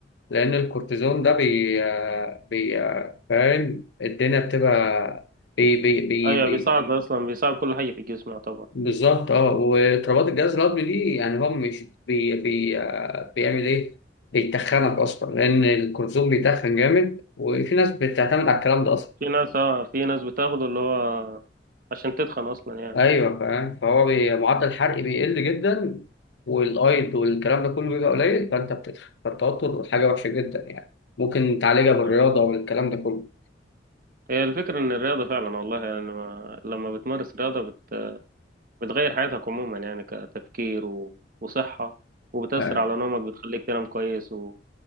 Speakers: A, on the left; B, on the right.
A: لأن الكورتيزون ده بي, آه، بي آه، فاهم الدنيا بتبقى بي بي بي
B: ايوه
A: بي
B: بيصعب اصلا بيصعب كل حاجة في الجسم يعتبر
A: بالظبط اه واضطرابات الجهاز الهضمي دي يعني هو مش بي بي آه، بيعمل ايه؟ بيتخنك اصلا لان الكورتيزون بيتخن جامد وفي ناس بتعتمد على الكلام ده اصلا
B: في ناس اه في ناس بتاخده اللي هو عشان تتخن اصلا يعني
A: ايوه فاهم فهو بي- معدل الحرق بيقل جدا والايض والكلام ده كله بيبقى قليل فانت بتتخن فالتوتر حاجه وحشه جدا يعني ممكن تعالجها
B: طب
A: بالرياضه
B: آه،
A: والكلام ده كله
B: هي الفكرة ان الرياضة فعلا والله يعني لما لما بتمارس رياضة بت... بتغير حياتك عموما يعني كتفكير و... وصحة وبتأثر
A: آه.
B: على نومك بتخليك تنام كويس و...